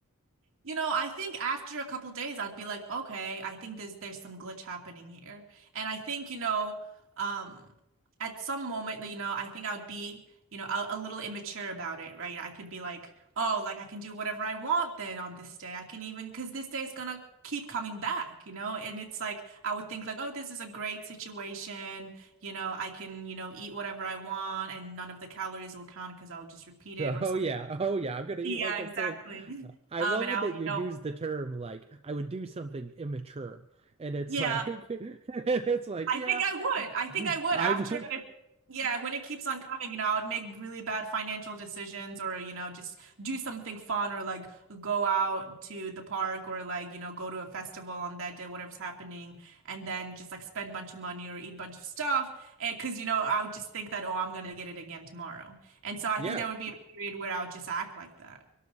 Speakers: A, on the right (about 65°); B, on the right (about 25°).
A: You know, I think after a couple days, I'd be like, okay, I think there's there's some glitch happening here. And I think, you know, um, at some moment that, you know, I think I would be, you know, a, a little immature about it, right? I could be like, oh, like I can do whatever I want then on this day. I can even, because this day is gonna keep coming back, you know? And it's like, I would think like, oh, this is a great situation. You know, I can, you know, eat whatever I want and none of the calories will count because I'll just repeat
B: <laughs>
A: it
B: Oh
A: or something.
B: yeah. Oh yeah. I'm gonna
A: Yeah,
B: eat like
A: exactly.
B: a pig.
A: <laughs>
B: I
A: Um,
B: love
A: and I'll,
B: that
A: you
B: you
A: know,
B: use the term like I would do something immature. And it's
A: Yeah,
B: like <laughs> it's like,
A: I
B: yeah,
A: think I would. I think
B: <laughs>
A: I would
B: I
A: after
B: would.
A: I, yeah, when it keeps on coming, you know, I would make really bad financial decisions or, you know, just do something fun or like go out to the park or like, you know, go to a festival on that day, whatever's happening, and then just like spend a bunch of money or eat a bunch of stuff. And because, you know, I would just think that, oh, I'm gonna get it again tomorrow. And so I
B: Yeah.
A: think there would be a period where I would just act like that.